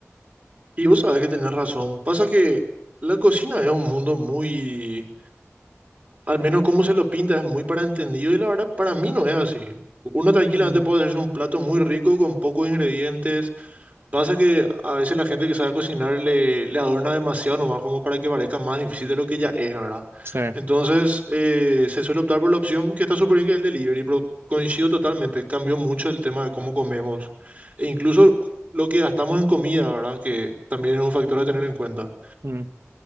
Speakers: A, on the right; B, on the right.
A: Y vos sabés que tenés razón. Pasa que la cocina es un mundo muy, al menos como se lo pinta, es muy para entendido y la verdad para mí no es así. Uno tranquilamente
B: Mm.
A: puede hacerse un plato muy rico con pocos ingredientes Pasa que a veces la gente que sabe cocinar le, le adorna demasiado nomás como para que parezca más difícil de lo que ya es, ¿verdad?
B: Sí,
A: Entonces eh, se suele optar por la opción que está súper bien que es el delivery, pero coincido totalmente, cambió mucho el tema de cómo comemos e incluso lo que gastamos en comida, ¿verdad? Que también es un factor a tener en cuenta.
B: mm.